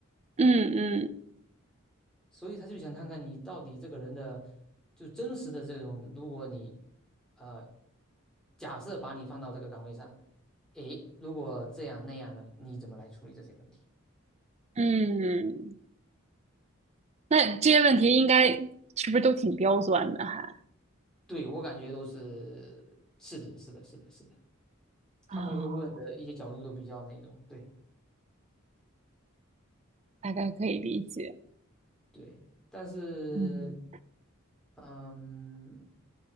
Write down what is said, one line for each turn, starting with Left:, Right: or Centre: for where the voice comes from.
Right: 嗯嗯
Centre: 所以他就想看看你到底这个人的就真实的这种，如果你呃假设把你放到这个岗位上，诶，如果这样那样的，你怎么来处理这些问题？
Right: 嗯，那这些问题应该是不是都挺刁钻的还？
Centre: 对，我感觉都是是的，是的，是的，是的，他们会问的一些角度都比较那种，
Right: 啊，
Centre: 对。
Right: 大概可以理解。
Centre: 对，但是，
Right: 嗯。
Centre: 嗯，